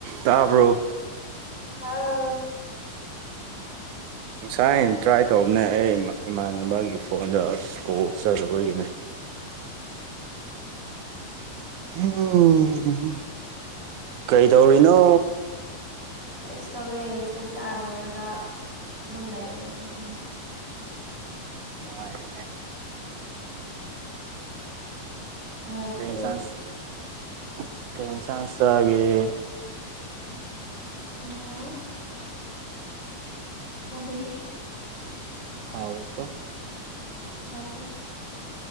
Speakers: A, on the right; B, in the centre.
A: ꯇꯥꯕ꯭ꯔꯣ
B: ꯑꯥ
A: ꯉꯁꯥꯏ ꯇ꯭ꯔꯥꯏ ꯇꯧꯕꯅꯦ ꯑꯩ ꯏꯃꯥꯟꯅꯕꯒꯤ ꯐꯣꯟꯗ ꯑ ꯀꯣꯜꯆꯔꯣꯏꯒꯤꯅꯤ ꯎꯝ ꯀꯩ ꯇꯧꯔꯤꯅꯣ
B: ꯀꯁꯨ ꯇꯧꯗꯦ ꯏꯁꯇꯗꯤ ꯑꯥꯔ ꯂꯣꯏꯔꯒ ꯑꯗꯨꯝ ꯂꯩꯕꯅꯦ ꯇꯨꯡꯐꯝꯗ
A: ꯅꯨꯡꯉꯥꯏꯔꯤꯅꯦ
B: ꯅꯨꯡꯉꯥꯏꯇꯦ
A: <unintelligible>
B: ꯎꯝ ꯑ ꯍꯕꯤ <unintelligible>
A: ꯍꯥꯎꯏꯀꯣ
B: ꯍꯥꯎꯇꯦ